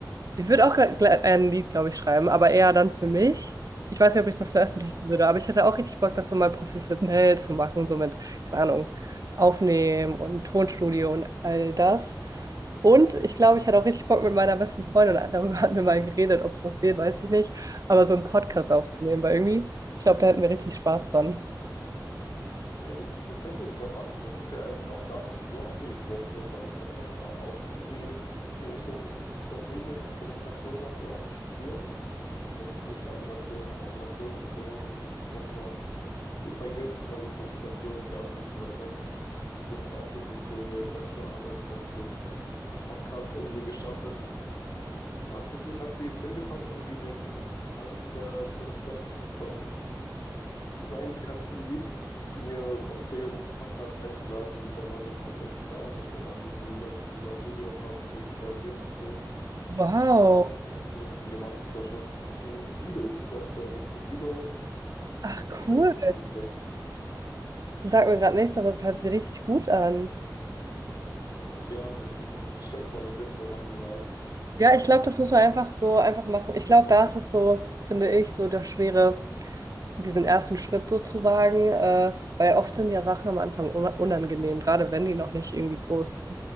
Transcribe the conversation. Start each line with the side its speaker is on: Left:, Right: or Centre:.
Right: Ich würde auch gra- gla- ein Lied, glaube ich, schreiben, aber eher dann für mich. Ich weiß nicht, ob ich das veröffentlichen würde, aber ich hätte auch richtig Bock, das so mal professionell zu machen, so mit, keine Ahnung, Aufnehmen und Tonstudio und all das. Und ich glaube, ich hätte auch richtig Bock mit meiner besten Freundin, äh, darüber <laughs> hatten wir mal geredet, ob es was wird, weiß ich nicht, aber so einen Podcast aufzunehmen, weil irgendwie, ich glaube, da hätten wir richtig Spaß dran.
Left: Ey, das, das könnt ihr sogar machen. Das ist ja eigentlich auch gar nichts so Abwegiges. Eine Freundin von mir hat äh, auch irgendwie in Richtung, ich glaube, Medien und Kommunikation hat sie auch studiert, aber jetzt nicht Animation, Animation und so. Das war, bei ihr ist es mehr so Kommunikation und Werbung und so weiter. Und sie hat dann auch irgendwie für ihre Bachelorarbeit dann so einen Podcast irgendwie gestartet. Und tatsächlich hat sie es hinbekommen, irgendwie den einen der Produzenten von diesem einen bekannten Lied in ihr, Po- zu ihrem Podcast einzuladen. Und der war dann tatsächlich da und hat dann auch mit den Leuten, die da zugehört haben, irgendwie interagiert und so.
Right: Wow.
Left: Der hat es auch mit einer Freundin gemacht. Es war schon, ja, Liquido hieß das, glaube ich. Liquido.
Right: Ach,
Left: Ich
Right: cool.
Left: weiß nicht, ob du den sagst.
Right: Sagt mir gerade nichts, aber es hört sich richtig gut an.
Left: Ja, eben, das könnte man auf jeden Fall machen, ja.
Right: Ja, ich glaube, das muss man einfach so einfach machen. Ich glaube, da ist es so, finde ich, so der Schwere, diesen ersten Schritt so zu wagen, äh, weil oft sind ja Sachen am Anfang un- unangenehm, gerade wenn die noch nicht irgendwie groß